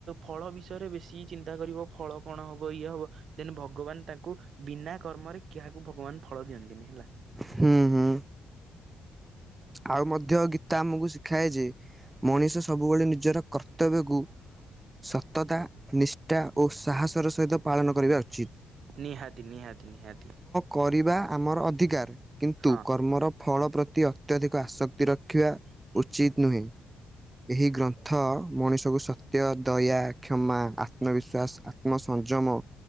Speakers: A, on the right (about 60°); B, on the right (about 20°).
A: ଫଳ ବିଷୟରେ ବେଶୀ ଚିନ୍ତା କରିବ ଫଳ କଣ ହେବ ଇଏ ହେବ ଦେନ ଭଗବାନ ତାଙ୍କୁ ବିନା କର୍ମରେ କାହାକୁ ଭଗବାନ ଫଳ ଦିଅନ୍ତିନି ହେଲା।
B: ହୁଁ ହୁଁ। ଆଉ ମଧ୍ୟ ଗୀତା ଆମକୁ ଶିଖାଏ ଯେ ମଣିଷ ସବୁବେଳେ ନିଜର କର୍ତ୍ତବ୍ୟକୁ ସତତା ନିଷ୍ଠା ଓ ସାହସର ସହିତ ପାଳନ କରିବା ଉଚିତ୍।
A: ନିହାତି ନିହାତି ନିହାତି।
B: କରିବା ଆମର ଅଧିକାର କିନ୍ତୁ
A: ହଁ
B: କର୍ମର ଫଳ ପ୍ରତି ଅତ୍ୟଧିକ ଆସକ୍ତି ରଖିବା ଉଚିତ ନୁହେଁ। ଏହି ଗ୍ରନ୍ଥ ମଣିଷକୁ ସତ୍ୟ ଦୟା କ୍ଷମା ଆତ୍ମବିଶ୍ୱାସ ଆ ଆତ୍ମ ସଂଯମ